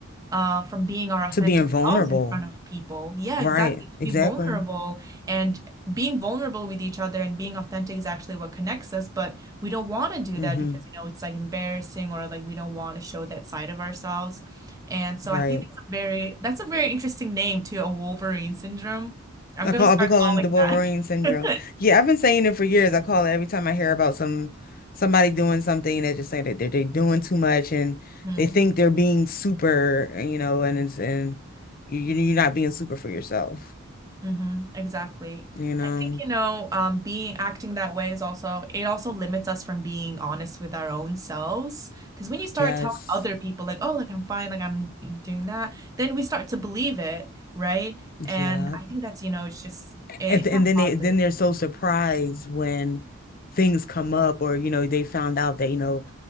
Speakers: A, on the right; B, on the left.
A: uh, from being our authentic
B: To being vulnerable.
A: selves in front of people. Yeah,
B: Right,
A: exactly. To
B: exactly.
A: be vulnerable and being vulnerable with each other and being authentic is actually what connects us, but we don't want to do
B: hmm
A: that because, you know, it's like embarrassing or like we don't want to show that side of ourselves. And so
B: Right.
A: I think that's a very that's a very interesting name too, a Wolverine syndrome. I'm
B: I
A: gonna
B: call I've
A: start
B: been calling
A: calling
B: it the Wolverine
A: that.
B: syndrome.
A: <laughs>
B: Yeah, I've been saying it for years. I call it every time I hear about some somebody doing something, they just say that they're, they're doing too much and
A: Hmm.
B: they think they're being super, and, you know, and it's and you you- you're not being super for yourself,
A: hmm exactly.
B: you know.
A: I think, you know, um, being acting that way is also, it also limits us from being honest with our own selves. Because when you start
B: Yes.
A: telling other people, like, oh, like I'm fine, like I'm doing that, then we start to believe it, right?
B: Yeah.
A: And I think that's, you know, it's just, it,
B: And,
A: it's
B: and
A: not
B: then
A: positive.
B: they then they're so surprised when things come up or you know they found out that you know